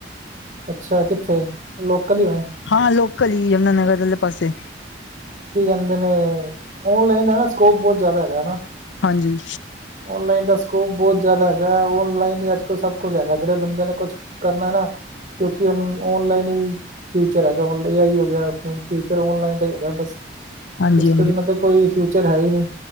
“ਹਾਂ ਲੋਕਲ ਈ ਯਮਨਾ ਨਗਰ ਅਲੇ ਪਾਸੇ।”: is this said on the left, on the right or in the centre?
Left